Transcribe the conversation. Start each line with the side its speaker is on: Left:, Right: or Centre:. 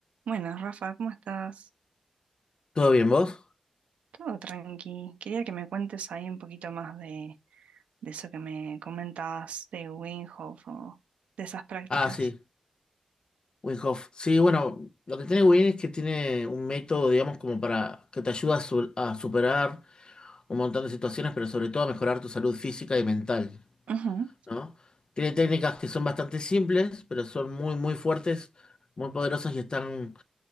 Right: Bueno, Rafa, ¿cómo estás?
Left: ¿Todo bien vos?
Right: Todo tranqui. Quería que me cuentes ahí un poquito más de, de eso que me comentabas de Winghoff o de esas prácticas.
Left: Ah, sí, Winhof. Sí, bueno, lo que tiene Win es que tiene un método, digamos, como para que te ayuda a, su- a superar un montón de situaciones, pero sobre todo a mejorar tu salud física y mental,
Right: Ujú,
Left: ¿no? Tiene técnicas que son bastante simples, pero son muy, muy fuertes, muy poderosas y están,